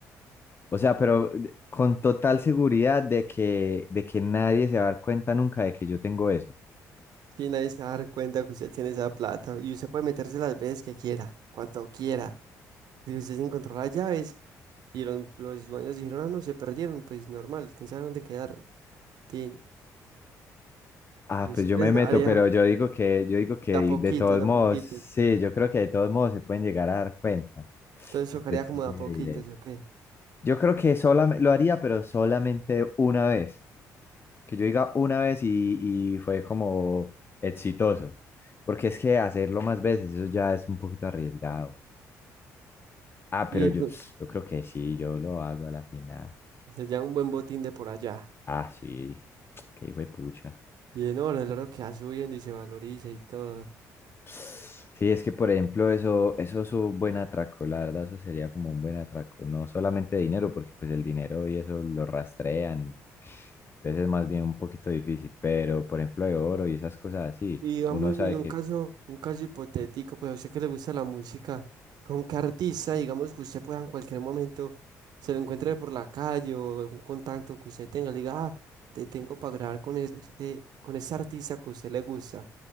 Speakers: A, on the left (about 35°); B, on the right (about 70°).
A: o sea, pero de- con total seguridad de que, de que nadie se va a dar cuenta nunca de que yo tengo eso.
B: Y nadie se va a dar cuenta que usted tiene esa plata. Y usted puede meterse las veces que quiera, cuando quiera. Y usted se encontró las llaves y los, los dueños dijeron, ah, no, se perdieron, pues normal, quién sabe dónde quedaron. Tin.
A: Ah,
B: Usted
A: pues yo
B: les
A: me meto,
B: daría
A: pero yo digo que, yo digo que
B: de a poquitos,
A: de todos
B: de
A: modos,
B: a poquitos.
A: sí, yo creo que de todos modos se pueden llegar a dar cuenta,
B: Entonces
A: porque
B: tocaría
A: es que
B: como
A: es
B: de
A: muy
B: a poquitos,
A: evidente.
B: ¿o qué?
A: Yo creo que solamente lo haría, pero solamente una vez, que yo diga una vez y, y fue como exitoso, porque es que hacerlo más veces, eso ya es un poquito arriesgado. Ah, pero
B: Y
A: yo,
B: <laughs>
A: yo creo que sí, yo lo hago a la final.
B: se lleva un buen botín de por allá.
A: Ah, sí, <tsk> qué hijo de pucha.
B: Y en oro, el oro que va subiendo y se valoriza y todo.
A: Sí, es que por ejemplo, eso, eso es un buen atraco, la verdad, eso sería como un buen atraco, no solamente dinero, porque pues el dinero y eso lo rastrean, entonces es más bien un poquito difícil, pero por ejemplo de oro y esas cosas así,
B: Y digamos,
A: uno sabe
B: en un
A: que,
B: caso, un caso hipotético, pues a usted que le gusta la música, ¿con qué artista, digamos, que usted pueda en cualquier momento se lo encuentre por la calle o algún contacto que usted tenga, le diga, ah, te tengo para grabar con este, con ese artista que a usted le gusta,